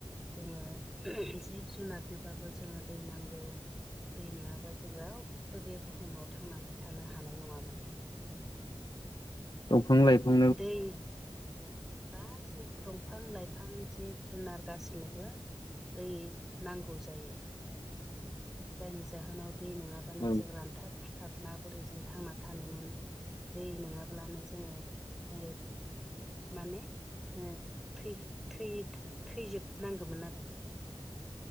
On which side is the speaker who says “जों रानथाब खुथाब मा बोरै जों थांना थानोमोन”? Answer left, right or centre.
Centre